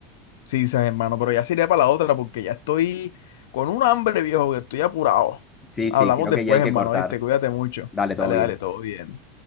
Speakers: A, on the left; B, on the left.
A: Sí, sabes, hermano, pero ya sería para la otra porque ya estoy con un hambre, viejo, que estoy apurado.
B: Sí,
A: Hablamos
B: sí, creo
A: después,
B: que ya hay
A: hermano,
B: que cortar.
A: ¿viste? Cuídate mucho.
B: Dale, todo
A: Dale,
B: bien.
A: dale, todo bien.